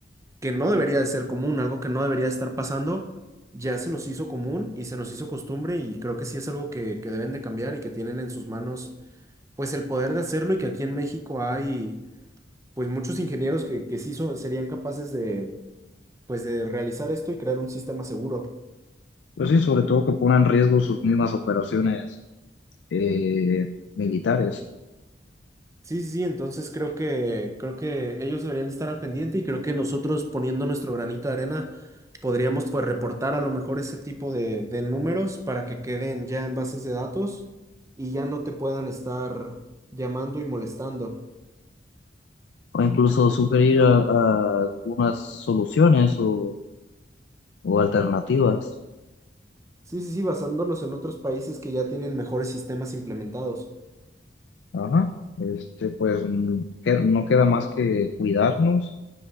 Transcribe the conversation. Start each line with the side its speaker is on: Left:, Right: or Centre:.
Right: que no debería de ser común, algo que no debería de estar pasando, ya se nos hizo común y se nos hizo costumbre y creo que sí es algo que, que deben de cambiar y que tienen en sus manos pues el poder de hacerlo y que aquí en México hay pues muchos ingenieros que, que sí son- serían capaces de pues de realizar esto y crear un sistema seguro.
Left: Pues sí, sobre todo que pongan en riesgo sus mismas operaciones eh, militares.
Right: Sí, sí, sí, entonces creo que, creo que ellos deberían de estar al pendiente y creo que nosotros poniendo nuestro granito de arena podríamos pues reportar a lo mejor ese tipo de, de números para que queden ya en bases de datos y ya no te puedan estar llamando y molestando.
Left: O incluso sugerir a- a algunas soluciones o, o alternativas.
Right: Sí, sí, sí, basándonos en otros países que ya tienen mejores sistemas implementados.
Left: Ajá. Este, pues mm, que- no queda más que cuidarnos